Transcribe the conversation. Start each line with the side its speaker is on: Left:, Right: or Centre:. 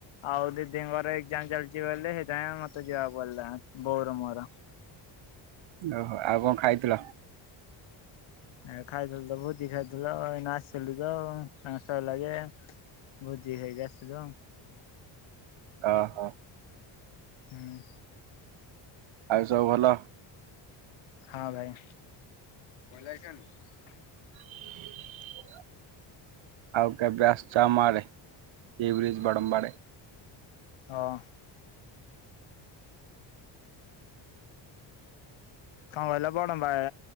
Left: ଆଉ ଦିଦିଙ୍କର ଏକ୍ଜାମ ଚାଲିଛି ବୋଲି ସେଇଥିାଇଁ । <unintelligible> ବୋଉ ର ମୋର
Right: ଓହୋ, ଆଉ କଣ ଖାଇଥିଲ।
Left: ଆଉ ଖାଇଥିଲୁ ତ ଭୋଜି ଖାଇଥିଲ ଏଇନା ଆସିଲୁ ତ ତାଙ୍କ ସରିଲା ଯେ ଭୋଜି ଖାଇକି ଆସିଲୁ।
Right: ଓ ହୋ
Left: ହୁଁ
Right: ଆଉ ସବୁ ଭଲ ।
Left: ହଁ ଭାଇ ଭଲ ହେଇଚନି ।
Right: <inaudible> ଆଉ କେବେ ଆସୁଛ ଆମ ଆଡ଼େ । <unintelligible>
Left: ଓଁ କଣ କହିଲ ବଡମ୍ବା